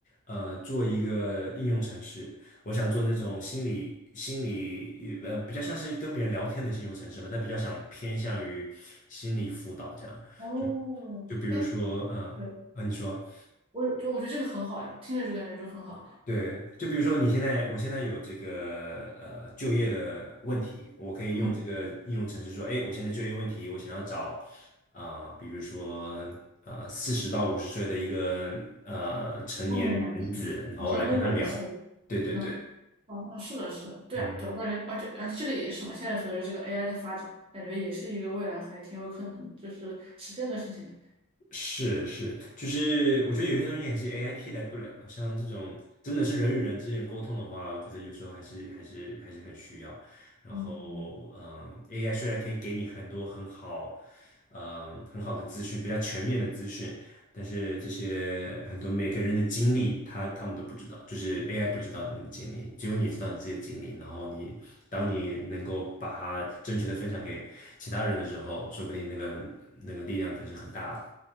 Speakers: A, on the left; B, on the right.
A: 呃，做一个应用程式。我想做那种心理心理，呃，比较像是跟别人聊天的应用程式嘛，但比较想偏向于心理辅导这样。
B: 哦，
A: 就就比如说，
B: 哎，
A: 嗯、
B: 对，
A: 啊，你说。
B: 我就我觉得这个很好呀，听着就感觉就很好。
A: 对，就比如说你现在，我现在有这个呃就业的问题，我可以用这个应用程式说，
B: 嗯，
A: 哎，我现在就业问题，我想要找啊、呃比如说呃四十到五十岁的一个呃成年男子，
B: 中年男性，
A: 然后来跟他聊。
B: 成功人士，
A: 对对对，
B: 嗯，哦，那是的，是的，对啊，
A: 嗯
B: 对啊，我感觉，而且而且这个也是嘛，现在随着这个 AI 的发展，感觉也是一个未来还挺有可能就是实现的事情的。
A: 是是，就是我觉得有些东西也是 AI 替代不了的，像这种真的是人与人之间沟通的话，我觉得有时候还是还是还是很需要。然后，
B: 嗯，
A: 嗯，AI 虽然可以给你很多很好，嗯，很好的资讯，比较全面的资讯，但是这些很多每个人的经历，他他们都不知道，就是 AI 不知道你的经历，只有你知道你自己的经历。然后你当你能够把它正确的分享给其他人的时候，说不定那个那个力量可是很大的。